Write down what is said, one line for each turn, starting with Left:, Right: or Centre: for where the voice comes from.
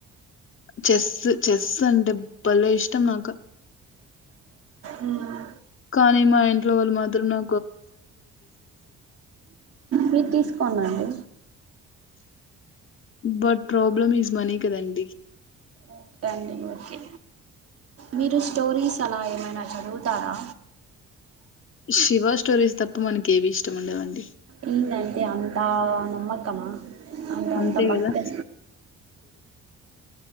Left: చెస్సు చెస్సు అంటే భలే ఇష్టం నాక
Right: మ్మ్
Left: కానీ మా ఇంట్లో వాళ్ళు మాత్రం నా
Right: మీరు తీసుకోండండి
Left: బట్ ప్రోబ్లమ్ ఈస్ మనీ కదన్
Right: ఓకే అండి ఓకే మీరు స్టోరీస్ అలా ఏమైనా చదువుతారా
Left: షివ స్టోరీస్ తప్ప మనకేవీ ఇష్టం ఉండవండి
Right: ఇల్లన్ తే అంతా నమ్మకమా అంటే
Left: అంతే
Right: అంత భక్తే
Left: కదా